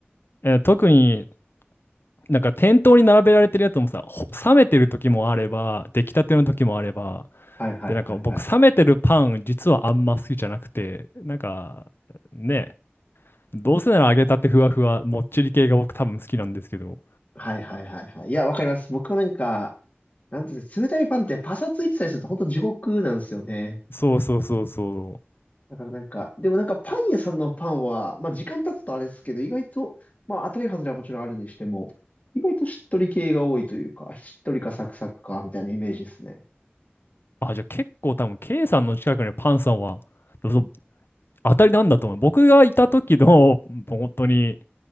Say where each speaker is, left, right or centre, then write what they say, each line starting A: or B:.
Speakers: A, on the left; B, on the left.
A: えー特になんか店頭に並べられてるやつもさ、ほ冷めてる時もあれば、出来たての時もあれば、
B: はいはいはいはい。
A: で、なんか僕、冷めてるパン、実はあんま好きじゃなくて、なんかね、どうせなら揚げたてふわふわ、もっちり系が僕多分好きなんですけど、
B: はいはいはいはい。いや、わかります。僕もなんか、なんていうんですか、冷たいパンってパサついてたりすると本当地獄なんですよね。
A: そうそうそうそう。
B: だからなんか、でもなんかパン屋さんのパンは、まあ時間経つとあれですけど、意外と、まあ当たり外れはもちろんあるにしても、意外としっとり系が多いというか、しっとりかサクサクか、みたいなイメージですね。
A: あ、じゃあ結構多分、K さんの近くにパンさんは、そう当たりなんだと思う。僕がいた時の、本当に、